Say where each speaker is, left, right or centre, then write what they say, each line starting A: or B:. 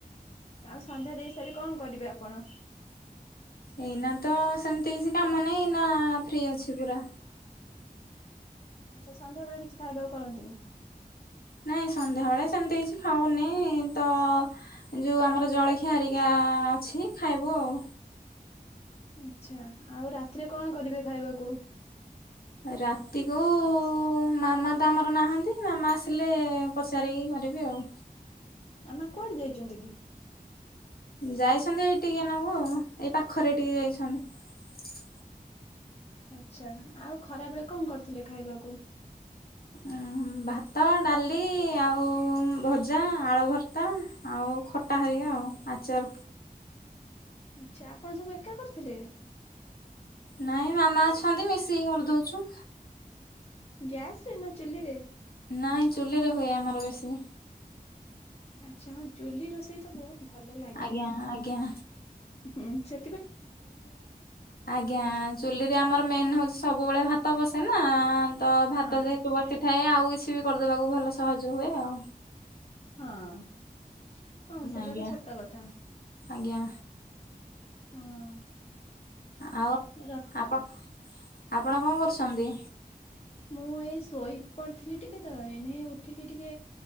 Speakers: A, on the left; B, on the left.
A: ଆଉ ସନ୍ଧ୍ୟା ଦେଇ ସାରି କଣ କରିବେ ଆପଣ?
B: ଏଇନା ତ ସେମିତି କିଛି କାମ ନାହିଁ। ନା ଫ୍ରି ଅଛି ପୁରା।
A: ଆଚ୍ଛା ସନ୍ଧ୍ୟା ବେଳେ କିଛି ଖାଇବାକୁ କରନ୍ତିନି?
B: ନାଇଁ ସନ୍ଧ୍ୟାବେଳେ ସେମିତି କିଛି ଖାଉନି। ନି ତ ଯୋଉ ଆମର ଜଳଖିଆ ହେରିକା ଅଛି ଖାଇବୁ ଆଉ।
A: ଆଚ୍ଛା, ଆଉ ରାତିରେ କଣ କରିବେ ଖାଇବାକୁ?
B: ରାତିରେ ମାମା ତ ଆମର ନାହାନ୍ତି ମାମା ଆସିଲେ ପଚାରିକି କ କରିବି ଆଉ।
A: ମାମା କୁଆଡେ ଯାଇଚନ୍ତି କି?
B: ଯାଇଛନ୍ତି ଏଇ ଟିକେ ନାକୁ ଏଇ ପାଖରେ ଏଇଟିକି ଯାଇଛନ୍ତି।
A: ଆଚ୍ଛା ଆଉ ଖରାବେଳେ କଣ କରିଥିଲେ ଖାଇବାକୁ?
B: ଆ ଭାତ, ଡାଲି, ଆଉ ଭଜା, ଆଳୁ ଭର୍ତ୍ତା, ଆଉ ଖଟା ହେରିିକା ଆଉ ଆଚର।
A: ଆଚ୍ଛା ଆପଣ ସବୁ ଏକା କରିଥିଲେ?
B: ନାଇଁ ମାମା ଅଛନ୍ତି ମିଶିକି କରିଦଉଛୁ।
A: ଗ୍ୟାସ୍ ରେ ନା ଚୁଲିରେ?
B: ନାଇଁ ଚୁଲିରେ ହୁଏ ଆମର ବେଶୀ।
A: ଆଚ୍ଛା ହଁ ଚୁଲି ରୋଷେଇ ତ ବହୁତ ଭଲ ଲାଗେ
B: ଆଜ୍ଞା, ଆଜ୍ଞା।
A: ହୁଁ, ସେ
B: ଆଜ୍ଞା ଚୁଲିରେ ଆମର ମେନ୍ ହଉଛି ସବୁବେଳେ ଭାତ ବସେ ନା ତ
A: ହଁ।
B: ଭାତ ଯେହେତୁ ବସିଥାଏ ଆଉ କିଛି ବି କରିଦେବାକୁ ଭଲ ସହଜ ହୁଏ ଆଉ।
A: ହଁ ହଁ, ସେଟା
B: ଆଜ୍ଞା
A: ତ ସତ କଥା।
B: ଆଜ୍ଞା,
A: ହଁ,
B: ଆଉ
A: ର
B: ଆପଣ, ଆପଣ କଣ କରୁଛନ୍ତି?
A: ମୁଁ ଏଇ ଶୋଇ ପଡିଥିଲି ଟିକେ ତ ଏଇନେ ଉଠିକି ଟିକେ